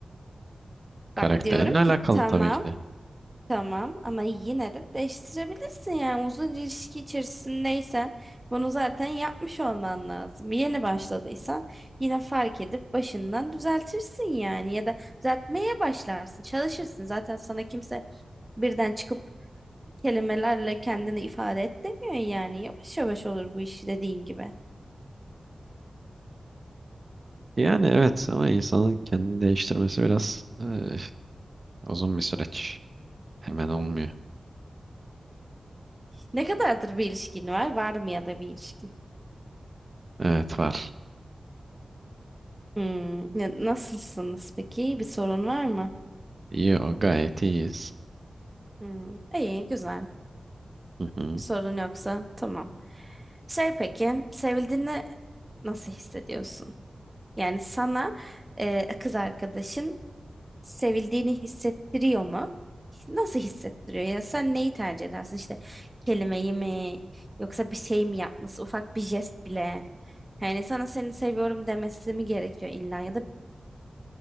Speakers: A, on the right (about 40°); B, on the right (about 15°).
A: Karakterinle
B: bak diyorum
A: alakalı
B: ki tamam
A: tabii ki de.
B: tamam ama yine de değiştirebilirsin. Yani uzun ilişki içerisindeysen bunu zaten yapmış olman lazım. Yeni başladıysan yine fark edip başından düzeltirsin yani ya da düzeltmeye başlarsın, çalışırsın. Zaten sana kimse birden çıkıp kelimelerle kendini ifade et demiyor yani. Yavaş yavaş olur bu iş dediğin gibi.
A: Yani evet ama insanın kendini değiştirmesi biraz eh, uzun bir süreç. Hemen olmuyor.
B: Ne kadardır bir ilişkin var? Var mı ya da bir ilişkin?
A: Evet var.
B: Hmm. Ne- Nasılsınız peki? Bir sorun var mı?
A: İyi o gayet iyiyiz.
B: Hmm. İyi, güzel.
A: Hı hı.
B: Bir sorun yoksa tamam. Şey peki, sevildiğini nasıl hissediyorsun? Yani sana e, kız arkadaşın sevildiğini hissettiriyor mu? Nasıl hissettiriyor? Yani sen neyi tercih edersin? İşte kelimeyi mi? Yoksa bir şey mi yapması? Ufak bir jest bile. Yani sana seni seviyorum demesi mi gerekiyor illa ya da